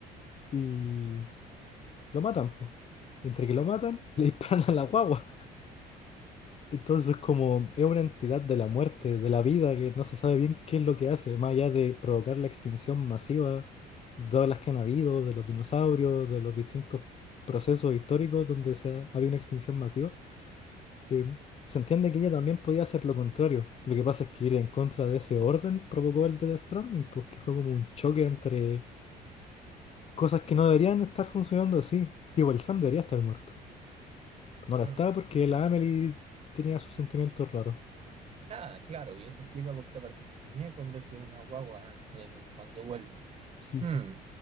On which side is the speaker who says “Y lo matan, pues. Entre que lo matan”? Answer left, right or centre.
Left